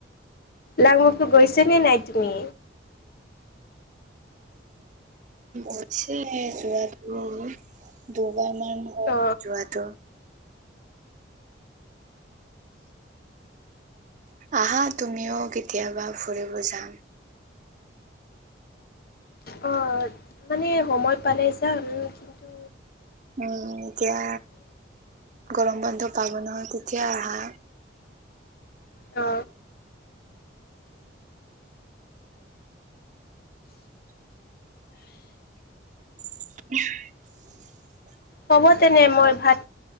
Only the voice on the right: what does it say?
সছে যোৱা তমি ধব ম
যোৱাটো আহা তুমিও কেতিয়াবা ফুৰিব যাম
উম এতিয়া গৰম বন্ধ পালো নহয় তেতিয়া আহা
<unintelligible>